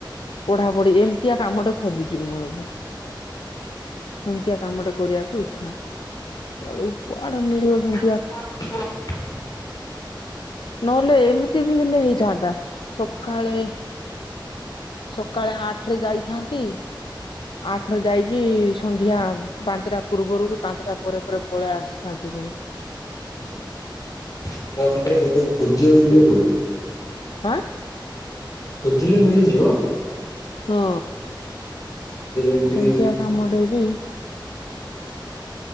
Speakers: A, on the left; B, on the left.
A: ପଢା ପଢି ଏମିତିଆ କାମଟେ ଖୋଜୁଛି ମୁଁ ଏବେ। ସେମିତିଆ କାମ ଟା କରିବାକୁ ଇଚ୍ଛା। ବେଳକୁ କୁଆଡେ ମିଳିବ ସେମତି
B: ହଁ ହଁ।
A: ନହେଲେ, ଏମିତି ବି ହେଲେ ହେଇଥାନ୍ତା। ସକାଳେ ସକାଳେ ଆଠ ରେ ଯାଇଥାନ୍ତି, ଆଠ ଯାଇକି, ସନ୍ଧ୍ୟା ପାଞ୍ଚଟା ପୂର୍ବରୁ କି ପାଞ୍ଚଟା ପରେ ପରେ ପଳେଇ ଆସିଥାନ୍ତି। ଏ
B: ସେଟାେ, ତୋତେ ଖଜିବାକୁ ଟିଏ ପଡିବ।
A: ହାଁ।
B: ଖୋଜିଲେ ମିଳିଯିବ।
A: ହଁ,
B: ଟିକେ ଯଦି
A: ସେମିତିଆ କାମରେ ବି